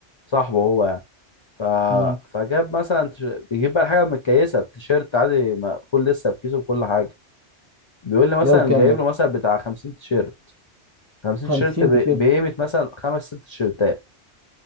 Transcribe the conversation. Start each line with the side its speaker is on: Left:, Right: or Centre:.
Left: صاحبه هو يعني ف...
Right: امم
Left: فجاب مثلا تش... بيجيب بقى الحاجه متكيسه بتيشيرت عادي مقفول لسه بكيسه بكل حاجه بيقول لي مثلا
Right: جايب كام
Left: جايب
Right: ده
Left: له مثلا بتاع 50 تيشيرت 50
Right: 50
Left: تيشيرت ب...
Right: تيشيرت
Left: بقيمه مثلا خمس ست تيشيرتات